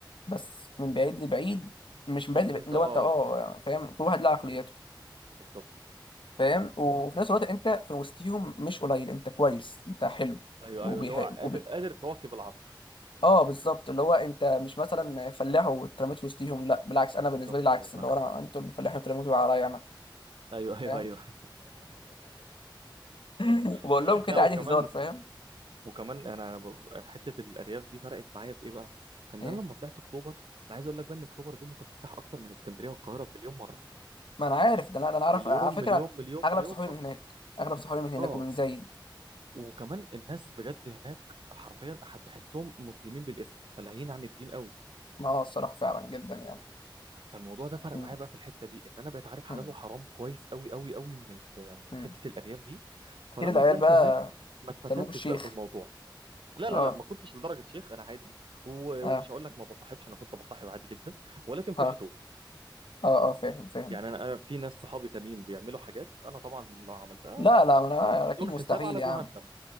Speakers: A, on the left; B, on the right.
A: بس من بعيد لبعيد مش من
B: بس
A: بعيد لبعيد
B: انت
A: اللي
B: اه
A: هو انت اه فاهم كل واحد له عقليته
B: بالظبط
A: فاهم وفي نفس الوقت انت في وسطهم مش قليل انت كويس انت حلو
B: ايوه
A: وبيح...
B: ايوه اللي هو قادر
A: وبي...
B: قادر تواكب العصر
A: اه بالظبط اللي هو انت مش مثلا فلاح واترميت في وسطهم لا بالعكس انا بالنسبه
B: بالظبط
A: لي العكس
B: ايوه
A: اللي
B: فاهم
A: هو انا انتوا الفلاحين اترميتوا عليا انا
B: ايوه ايوه
A: فاهم
B: ايوه
A: <laughs> وبقول
B: <laughs>
A: لهم كده
B: لا وكمان
A: عادي هزار فاهم
B: وكمان انا انا ب- حته الارياف دي فرقت معايا في ايه بقى؟ فان
A: ايه
B: انا لما طلعت اكتوبر انا عايز اقول لك بقى ان اكتوبر دي متفتحه اكتر من اسكندريه والقاهره بمليون مره
A: ما انا عارف ده انا ده انا عارف
B: مليون
A: على فكره
B: مليون مليون
A: اغلب
B: مليون
A: صحابي
B: مره
A: من هناك اغلب صحابي من هناك
B: اه
A: ومن زايد
B: وكمان الناس بجد هناك حرفيا هتحسهم مسلمين بالاسم فلاهيين عن الدين قوي
A: ما اه الصراحه فعلا جدا يعني
B: فالموضوع ده فرق
A: مم.
B: معايا بقى في الحته دي ان انا بقيت عارف حلال
A: مم.
B: وحرام كويس قوي قوي قوي من ال- من
A: مم.
B: حته الارياف دي فلما
A: اكيد العيال
B: طلعت
A: بقى
B: هناك ما اتفتنتش
A: سموك الشيخ
B: بقى بالموضوع لا
A: اه
B: لا لا ما كنتش لدرجه شيخ انا عادي و-
A: اه
B: ومش هقول لك ما بصاحبش انا كنت بصاحب عادي جدا ولكن في
A: اه
B: حدود
A: اه اه فاهم فاهم
B: يعني انا أنا في ناس صحابي تانيين بيعملوا حاجات انا طبعا لو عملتها
A: لا لا ما انا
B: بدون
A: اكيد مستحيل
B: حساب على
A: يا
B: جهنم
A: عم